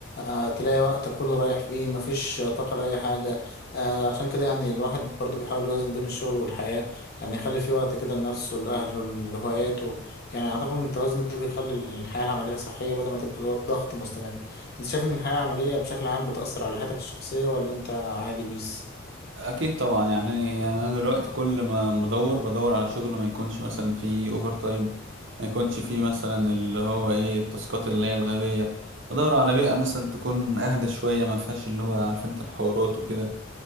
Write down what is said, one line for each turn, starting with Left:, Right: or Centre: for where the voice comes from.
Left: آه، تلاقي وقتك كله رايح فيه مفيش آه، طاقة لأي حاجة آه عشان كده يعني الواحد برضو بيحاول يوازن بين الشغل والحياة يعني يخلي فيه وقت كده لنفسه لأهله لهواياته يعني أعتقد إن التوازن ده بيخلي الحياة العملية صحية بدل ما تبقى ضغط مستمر انت شايف ان الحياة العملية بشكل عام بتأثر على حياتك الشخصية ولا انت عادي بيس؟
Right: اكيد طبعا يعني انا دلوقتي كل ما بدور بدور على شغل ما يكونش مثلا فيه اوفر تايم ما يكونش فيه مثلا اللي هو ايه التاسكات اللي هي الغبيه بدور على بيئه مثلا تكون اهدى شويه ما فيهاش اللي هو عارف انت الحوارات وكده